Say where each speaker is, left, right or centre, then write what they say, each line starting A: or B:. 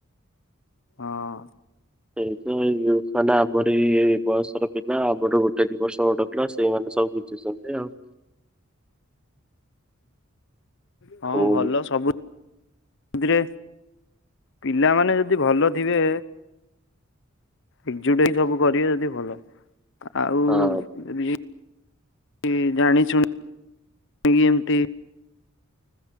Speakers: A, on the left; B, in the centre.
A: ହଁ।
B: ଏଇ ତ ଏଇଜଉକାନା ଆମରି ଏଇ ବୟସର ପିଲା ଆମଠୁ ଗୋଟେ ଦି ବର୍ଷ ଗୋଟେ ହ ସେଇମାନେ ତ ସବୁ ବୁଝୁଛନ୍ତି ଆଉ।
A: ହଁ ହଁ
B: ହଉ
A: ହଁ ଭଲ ସବୁ। ଏମିତିରେ ପିଲାମାନେ ଯଦି ଭଲ ଥିବେ ଏକଜୁଟ ହେଇ ସବୁ କରିବେ ଯଦି ଭଲ ଆଉ
B: ହଁ।
A: ଯଦି କି ଜାଣି ଶୁଣିକି ଏମତି